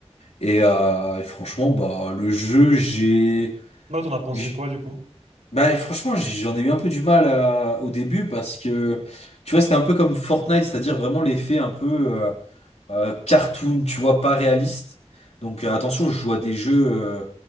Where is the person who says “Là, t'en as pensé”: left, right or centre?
Right